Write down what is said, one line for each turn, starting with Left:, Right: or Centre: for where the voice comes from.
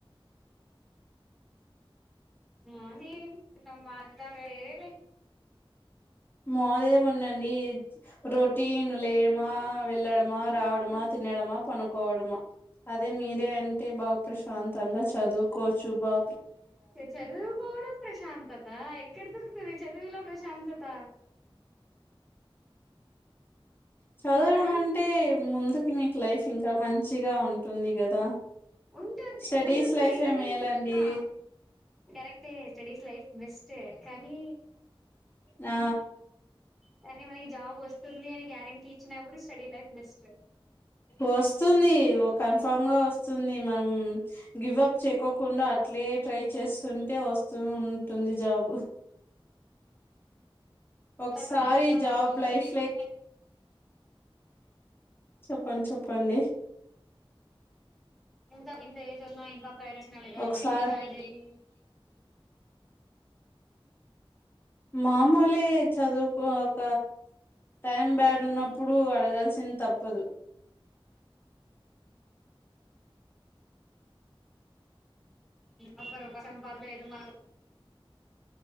Centre: అంది మాదంత వేరే లే
Left: మాదెమందండి రోటీ ను లేయడమా వెళ్ళడమా రావడమా తి నెడమా పనుకోవడమా అదే మీదే అంటే బాగ ప్రశాంతంగా చదువుకోవచ్చు బా
Centre: చదువుకోవడం ప్రశాంతత ఎక్కడ దొరుకుతది చదువులో ప్రశాంతత
Left: చదవడం
Centre: ఆ
Left: అంటే ముందుకి మీకు లైఫ్ ఇంక మంచిగా ఉంటుంది కదా
Centre: ఉంటు
Left: స్టడీస్
Centre: ఉంటుంది
Left: లైఫే
Centre: కానీ
Left: మేలండి
Centre: ఆ కరెక్ట్ే స్టడీస్ లైఫ్ బెస్ట్ కానీ
Left: ఆ
Centre: కానీ మనకి జాబ్ వస్తుంది అని గ్యారెంటీ ఇచ్చినప్పుడు స్టడీ లైఫ్ బెస్ట్
Left: వస్తుంది కన్ఫామ్ గా వస్తుంది మనం గివ్ అప్ చేసుకోకుండా అట్లే ట్రై చేస్తుంటే వస్తూ ఉంటుంది జాబు ఒకసారి
Centre: బట్ ఇంత
Left: జాబ్ లైఫ్ లే చెప్పండి చెప్పండి
Centre: ఇంత ఎజ్ ఉన్న ఇంకా <unintelligible>
Left: ఒకసారి మామూలే చదువుకోక టైం బ్యాడ్ ఉన్నప్పుడు అడగాల్సింది తప్పదు
Centre: <unintelligible> ఒక్క రూపాయి సంపాదన లేదు మనకు